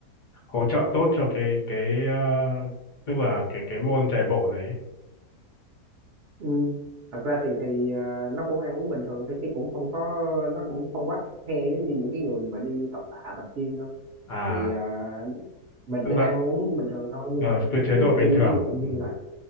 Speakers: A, on the left (about 60°); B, on the right (about 60°).
A: hỗ trợ tốt cho cái cái ờ, tức là cái cái môn chạy bộ này ấy.
B: Ừ. thật ra thì thì ờ, nó cũng ăn uống bình thường thôi chứ cũng không có nó cũng không quá khe giống như những cái người mà đi tập tạ tập gym đâu
A: à
B: thì ờ, mình
A: tức
B: cứ ăn
A: là
B: uống bình thường thôi nhưng
A: ờ,
B: mà
A: cái chế
B: trước
A: độ bình
B: khi
A: thường
B: ví dụ như
A: ừ.
B: là